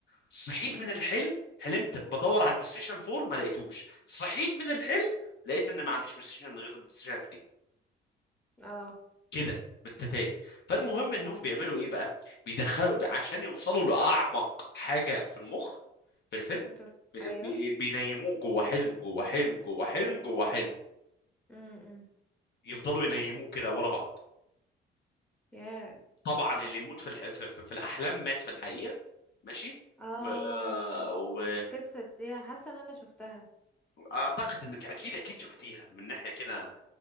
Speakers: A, on the left; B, in the centre.
A: صحيت
B: مم.
A: من الحلم حلمت بدور على البلاي ستيشن 4 ما لقيتوش صحيت من الحلم لقيت ان ما عنديش بلاي ستيشن غير البلاي ستيشن 3
B: اه
A: كده بالتتالي فالمهم انهم بيعملوا ايه بقى بيدخلوا عشان يوصلوا لاعمق حاجه في المخ في الفيلم
B: بس
A: بي-
B: أيوه
A: بي- بينيموه جوه حلم جوه حلم جوه حلم جوه حلم
B: مم. مم.
A: يفضلوا ينيموه كده ورا بعض
B: ياه
A: طبعا اللي يموت في الح... في, في, في الاحلام مات في الحقيقه ماشي
B: اه
A: و... و...
B: القصة دي حاسة إن أنا شفتها
A: اعتقد انك اكيد اكيد شفتيها من ناحيه كده